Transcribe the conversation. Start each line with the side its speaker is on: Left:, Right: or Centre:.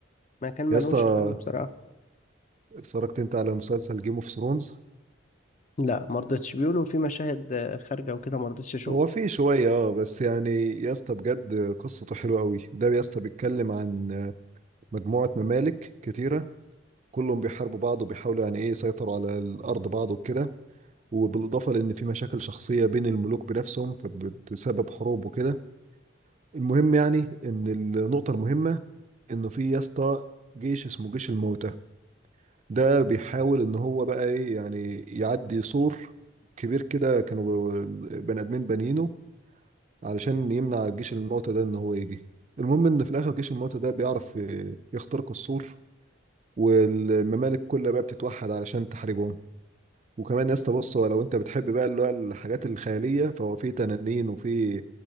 Left: ما كان ملوش
Right: يا اسطى
Left: حل بصراحة
Right: اتفرجت انت على مسلسل جيم اوف ثرونز
Left: لا مرضتش بيقولوا في مشاهد آه، خارجة وكده مرضتش أشوف
Right: هو فيه شوية اه بس يعني يا اسطى بجد قصته حلوة قوي ده يا اسطى بيتكلم عن مجموعة ممالك كتيرة كلهم بيحاربوا بعض وبيحاولوا يعني ايه يسيطروا على الأرض بعض وكده وبالإضافة لأن في مشاكل شخصية بين الملوك بنفسهم فبتسبب حروب وكده المهم يعني ان النقطة المهمة انه في يا اسطى جيش اسمه جيش الموتى ده بيحاول ان هو بقى ايه يعني يعدي سور كبير كده كانوا ب- بني ادمين بانيينه علشان يمنع جيش الموتى ده ان هو يجي المهم ان في الاخر جيش الموتى ده بيعرف ي- يخترق السور والممالك كلها بقى بتتوحد علشان تحاربهم وكمان يا اسطى بص هو لو انت بتحب بقى اللي هو الحاجات الخيالية فهو في تنانين وفي